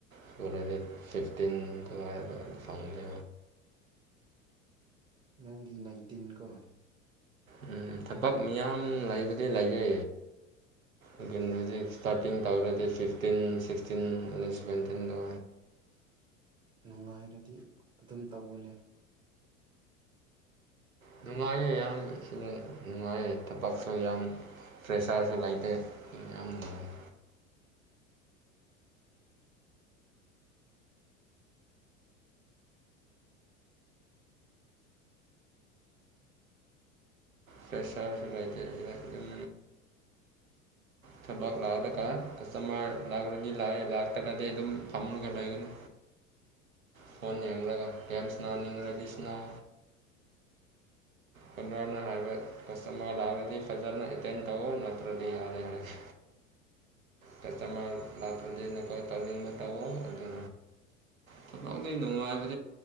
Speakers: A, on the right; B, on the right.
A: ꯁꯣꯔꯗꯤ ꯐꯤꯐꯇꯤꯟꯗꯨ ꯐꯪꯂꯤ
B: ꯅꯪꯒꯤ ꯅꯥꯏꯟꯇꯤꯟ ꯀꯣ
A: ꯎꯝ ꯊꯕꯛ ꯃꯤꯌꯥꯝ ꯂꯩꯕꯗꯤ ꯂꯩꯌꯦ ꯑꯗꯨ ꯍꯧꯖꯤꯛ ꯏꯁꯇꯥꯔꯇꯤꯡ ꯇꯧꯔꯗꯤ ꯐꯤꯐꯇꯤꯟ ꯁꯤꯛꯁꯇꯤꯟ ꯑꯗꯨ ꯁꯚꯦꯟꯇꯤꯟꯗꯣ
B: ꯅꯨꯡꯉꯥꯏꯔꯗꯤ ꯑꯗꯨꯝ ꯇꯧꯒꯅꯦ
A: ꯅꯨꯡꯉꯥꯏꯌꯦ ꯌꯥꯝ ꯁꯤꯗ ꯅꯨꯡꯉꯥꯏꯌꯦ ꯊꯕꯛꯁꯨ ꯌꯥꯝ ꯐ꯭ꯔꯦꯁꯥꯔꯁꯨ ꯂꯩꯇꯦ ꯌꯥꯝ ꯅꯨꯡꯉꯥꯏ ꯄ꯭ꯔꯦꯁꯥ ꯕꯥꯏꯩ ꯑꯦꯝ ꯊꯕꯛ ꯂꯥꯛꯑꯗꯒ ꯀꯁꯇꯃꯔ ꯂꯥꯛꯂꯗꯤ ꯂꯥꯛꯑꯦ ꯂꯥꯛꯇ꯭ꯔꯗꯤ ꯑꯗꯨꯝ ꯐꯝꯃꯒ ꯂꯩꯒꯅꯤ ꯐꯣꯟꯣꯟ ꯌꯦꯡꯂꯒ ꯇꯥꯏꯝꯁꯅꯅꯤꯅ ꯂꯩꯗꯤꯁꯅ‌ꯦ ꯍꯥꯏ ꯀꯇ ꯂꯔꯗꯤ ꯐꯖꯅ ꯑꯦꯇꯦꯟ ꯇꯧꯋ ꯅꯠꯇ꯭ꯔꯗꯤ ꯌꯥꯔꯦ ꯍꯥꯏꯔꯦ ꯀꯁꯇꯃꯔꯅ ꯀꯣꯏ ꯇꯧ ꯇꯕ ꯑꯗꯨ ꯊꯛ ꯅꯨꯡꯉꯥꯏꯕ